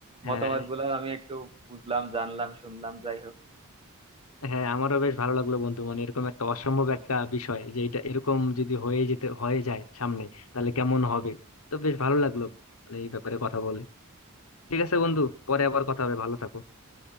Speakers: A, on the left; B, on the right.
A: হ্যাঁ
B: মতামত গুলো আমি একটু বুঝলাম জানলাম শুনলাম যাই হোক
A: হ্যাঁ আমারও বেশ ভালো লাগলো বন্ধু মানে এরকম একটা অসম্ভব একটা বিষয় যে এটা এরকম যদি হয়ে যেতে হয়ে যায় সামনে তাহলে কেমন হবে তো বেশ ভালো লাগলো মানে এই ব্যাপারে কথা বলে ঠিক আছে বন্ধু পরে আবার কথা হবে ভালো থাকো